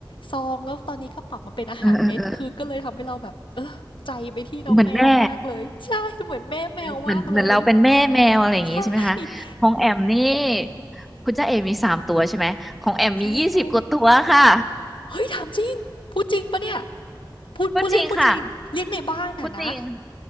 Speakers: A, on the left; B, in the centre.
A: ซองแล้วตอนนี้ก็ปรับมาเป็นอาหารเม็ดคือก็เลยทำให้เราแบบเออใจไปที่น้องแมวมากเลยใช่เหมือนแม่แมวมากเลย
B: เออเออเออเหมือนแม่เหมือนเหมือนเราเป็นแม่แมวอะไรอย่างงี้ใช่ไหมคะของแอมนี่
A: ใช่
B: คุณจ้าเอ๋มีสามตัวใช่ไหมของแอมมียี่สิบกว่าตัวค่ะ
A: ใช่ใช่เฮ้ยถามจริงพูดจริงปะเนี่ยพูดพูดเล่นพูดจริงเลี้ยงในบ้านอ่ะนะ
B: ก็จริงค่ะก็จริง